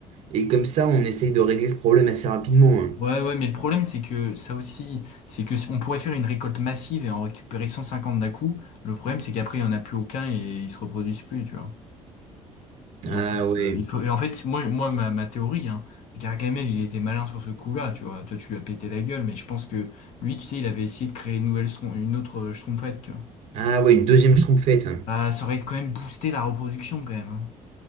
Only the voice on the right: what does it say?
et comme ça on essaye de régler ce problème assez rapidement. hein.
Ah ouais,
ah ouais, une deuxième Schtroumpfette. hein.